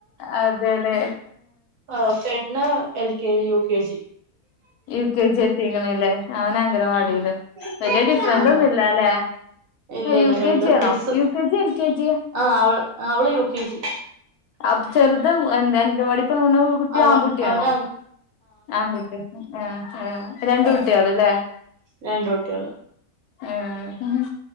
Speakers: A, on the left; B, on the right.
A: അതെലെ
B: ആ പെണ്ണ് L K G U K G
A: U K G എത്തിക്കണല്ലേ അവൻ അംഗനവാടിയിലും
B: ആഹ്
A: വല്യ ഡിഫറൻറ്
B: ആഹ്
A: ഒന്നുല്ല ല്ലെ
B: ഇല്ല ഇല്ല
A: യു
B: രണ്ട്
A: കെ ജി
B: വയസ്സ്
A: ആണോ U K G L K G
B: ആഹ് അവള് അവള് യുകെജി
A: അപ്പൊ ചെർത് അംഗനവാടീൽ പോണു കുട്ടി
B: അവൻ
A: ആൺകുട്ടിയാണോ
B: അവന് ആഹ്
A: ആൺകുട്ടി ആഹ് ആഹ് രണ്ടു കുട്ടിയാൾ ലെ
B: രണ്ടു കുട്ടിയാള്
A: ഏഹ്